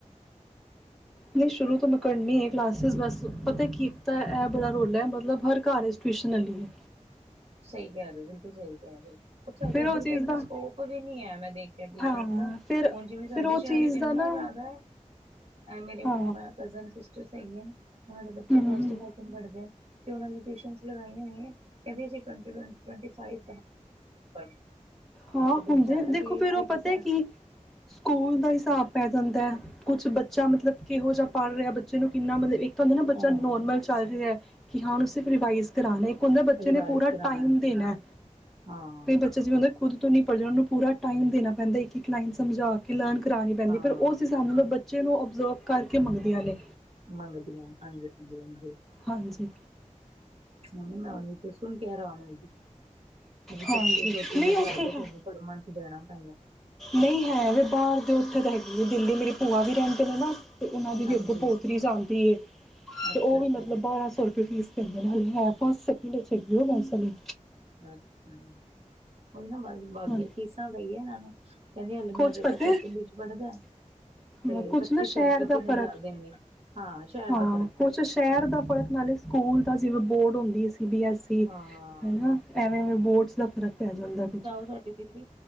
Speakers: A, in the centre; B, on the right (about 50°).
A: ਨਈ ਸ਼ੁਰੂ ਤੋਂ ਮੈਂ ਕਰਨੀ ਐ ਕਲਾਸਿਸ, ਬਸ ਪਤਾ ਕੀ ਇੱਕ ਤਾਂ ਇਹ ਬੜਾ ਰੋਲ ਐ, ਮਤਲਬ ਹਰ ਘਰ ਐਚ ਟਊਸ਼ਨ ਆਲੀ ਹੇਗੀ।
B: ਸਹੀ ਕਹਿ ਰਹੇ ਬਿਲਕੁਲ ਸਹੀ ਕਹਿ ਰਹੇ ਹੋ ਉਹ ਸਾਡੇ
A: ਫਿਰ
B: ਇੱਧਰ
A: ਚੀਜ਼
B: ਤੇ ਇੰਨਾ
A: ਦਾ
B: ਸਕੋਪ ਵੀ ਨੀ ਹੈ ਮੈਂ ਦੇਖਿਆ ਟਿਊਸ਼ਨ
A: ਹਾਂ
B: ਦਾ
A: ਫਿਰ
B: ਹੁਣ ਜਿਵੇਂ ਸਾਡੇ
A: ਫਿਰ ਉਹ
B: ਸ਼ਹਿਰ
A: ਚੀਜ਼
B: ਚ ਇੰਨਾ
A: ਦਾ ਨਾ
B: ਜ਼ਿਆਦਾ ਮੇਰੇ ਹੁਣ
A: ਹਾਂ
B: ਕਜ਼ਨ ਸਿਸਟਰ ਹੈਗੇ ਉਹਨਾਂ ਦੇ
A: ਹਮ
B: ਬੱਚੇ ਫਸਟਡ
A: ਹਮ
B: ਪੜਦੇ ਤੇ ਉਹ ਨੇ ਟਿਊਸ਼ਨ ਲਗਾਈਆਂ ਹੋਈਆਂ ਕਿੰਦੀ ਅਸੀਂ ਟਵੰਟੀ ਫਾਈਵ <unintelligible>
A: ਹਾਂ
B: ਮੈਂ ਕਿਹਾ ਬੜੀ
A: ਹੁੰਦੇ
B: ਜ਼ਿਆਦਾ
A: ਦੇਖੋ ਫੇਰ
B: ਫੀਸ
A: ਉਹ ਪਤਾ ਹੈ ਕੀ ਸਕੂਲ ਦਾ ਹਿਸਾਬ ਪੈ ਜਾਂਦਾ ਹੈ ਕੁਛ ਬੱਚਾ ਮਤਲਬ ਕਿਹੋ ਜਿਹਾ ਪੜ੍ਹ ਰਿਹਾ ਬੱਚੇ ਨੂੰ ਕਿੰਨਾ ਮਤਲਬ ਇੱਕ ਤਾਂ ਹੁੰਦਾ ਨਾ ਬੱਚਾ
B: ਹਾਂ
A: ਨੋਰਮਲ ਚੱਲ ਰਿਹਾ ਕਿ ਹਾਂਣੂੰ ਸਿਰਫ ਰਿਵਾਈਜ਼ ਕਰਾਣਾ ਉਹਦਾ ਬੱਚੇ
B: ਰਿਵਾਈਜ਼
A: ਨੇ ਪੂਰਾ
B: ਕਰਾਣਾ
A: ਟਾਈਮ ਦੇਣਾ
B: ਹਾਂ
A: ਬੱਚਾ ਜਿਵੇਂ ਹੁੰਦਾ ਖੁਦ ਤੋਂ ਨਹੀਂ ਪੜ੍ਹਣਾ ਉਹ ਨੂੰ ਪੂਰਾ ਟਾਈਮ ਦੇਣਾ ਪੈਂਦਾ ਇੱਕ ਇੱਕ ਲਾਈਨ ਸਮਝਾ ਕੇ ਲਰਨ ਕਰਾਉਣੀ ਪੈਂਦੀ
B: ਹਾਂ
A: ਪਰ ਉਸ ਹਿਸਾਬ ਨਾਲ ਬੱਚ ਬੱਚੇ ਨੂੰ ਓਬਜ਼ਰਵ ਕਰਕੇ ਮੰਗਦੀਆਂ ਨੇ
B: ਮੰਗਦੀਆਂ ਹਾਂਜੀ ਹਾਂ ਹਾਂਜੀ
A: ਹਾਂਜੀ
B: ਮੈਂ ਮੈਂ ਉਹ ਸੁ ਹੁਣ ਕਹਿ ਰ
A: ਹਾਂਜੀ
B: ਪੱਚੀ ਸੌ ਤਿੰਨ
A: ਨਹੀਂ
B: ਹਜ਼ਾਰ
A: ਉੱਥੇ
B: ਦੇ
A: ਹੈ
B: ਕੁਦ ਮੰੰਥ ਦੇਣਾ ਪੈਂਦਾ
A: ਨਹੀਂ ਹੈ ਵੀ ਬਾਹਰ ਦੇ ਉੱਥੇ ਤਾਂ ਹੈਗੀ ਹੈ ਦਿੱਲੀ ਮੇਰੀ ਭੂਆ ਵੀ ਰਹਿੰਦੇ ਨੇ ਨਾ ਅਤੇ ਉਹਨਾਂ ਦੀ ਵੀ
B: ਹਾਂਜੀ,
A: ਅੱਗ ਪੋਤਰੀ ਆਦੀ ਹੈ ਅਤੇ
B: ਅੱਛਾ-ਅੱਛਾ,
A: ਉਹ ਵੀ ਮਤਲਬ ਬਾਰ੍ਹਾਂ ਸੌ ਰੁਪਏ ਫੀਸ ਦੇ ਨਾਲ ਹੈ ਫਸਟ ਸੈਕਿੰਡ ਚੇਗੇਓ ਮੈਂਸ ਨੇ
B: ਅੱਛਾ ਉਹੀ ਨਾ ਬਸ ਬਾਕ
A: ਹਾਂ
B: ਫੀਸਾਂ ਦਾ ਹੀ ਆ ਇਹਨਾਂ ਨੂੰ ਕਹਿੰਦੀ ਹਾਲੇ
A: ਕੁਛ
B: ਮੇਰਾ ਬੇਟਾ
A: ਪਤਾ
B: ਸੈਕਿੰਡ
A: ਹੈ
B: ਚ ਪੜ੍ਹਦਾ ਤੇ
A: ਹਾਂ ਕੁਛ
B: ਪੱਚੀ
A: ਨਾ
B: ਸੌ
A: ਸ਼ਹਿਰ
B: ਰੁਪਏ
A: ਦਾ
B: ਕਿਨ
A: ਫ਼ਰਕ
B: ਜਲ ਦਿੰਦੇ ਹਾਂ ਸ਼ਹਿਰ
A: ਹਾਂ
B: ਦਾ ਪ੍ਰੋਡਕਟ
A: ਕੁਛ
B: ਪੈ ਜਾਂਦਾ
A: ਸ਼ਹਿਰ
B: ਹਾਂਜੀ
A: ਦਾ
B: <unintelligible>
A: ਫ਼ਰਕ ਨਾਲੇ ਸਕੂਲ ਤਾਂ ਜਿਵੇਂ ਬੋਰਡ ਹੁੰਦੀ ਹੈ ਸੀ ਬੀ ਐੱਸ
B: ਹਾਂ,
A: ਹਨਾ ਐਵੇਂ ਐਵੇਂ ਬੋਰਡਸ ਦਾ ਫ਼ਰਕ ਪੈ ਜਾਂਦਾ ਕੁਛ
B: ਤੁਹਾਡੀ ਡਿਗਰੀ